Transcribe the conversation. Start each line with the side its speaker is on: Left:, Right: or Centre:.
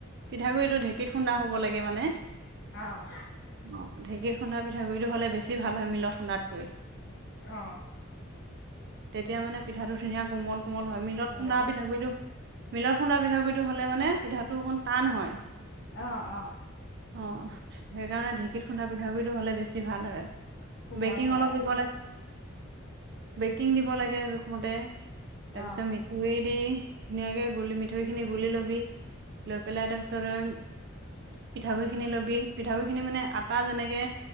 Right: পিঠাগুৰিটো ঢেক কি খুন্দা হ'ব লাগে মানে
Left: আহ
Right: অ ঢেঁকী খুন্দা পিঠাগুৰিটো হলে বেছি ভাল হয় মিলত খুন্দা কৈ
Left: অ
Right: এতিয়া মানে পিঠাটো ধুনীয়া কোমল কোমল হয় মিলত
Left: কোমল
Right: খুন্দা পিঠা গুৰিটো মিলত খুন্দা পিঠাগু়ৰিটো হ'লে মানে পিঠাটো অকণ টান হয়
Left: অ অ
Right: অ সেইকাৰণে ঢেঁকীত খুন্দা পিঠা গুড়ি টো হ'লে বেছি ভাল হয়
Left: কোমল
Right: বেকিং
Left: হয়
Right: অলপ
Left: আৰু
Right: দিব অ বেকিং দিব লাগে জোখমতে তাৰপিছত
Left: আহ
Right: মিঠৈ দি ধুনীয়াকে গুলি মিঠৈ খিনি গুলি ল'বি লৈ পেলাই তাৰ পিছত পিঠাগুৰি খিনি লবি পিঠাগুৰি খিনি মানে আটা যেনেকে